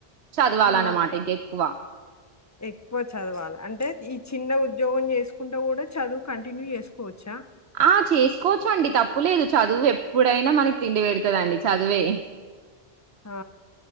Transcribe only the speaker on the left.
ఆ!
ఎక్కువ చదవాలి. అంటే ఈ చిన్న ఉద్యోగం చేసుకుంటా కూడా చదువు కంటిన్యూ చేసుకోవచ్చా.
ఆ!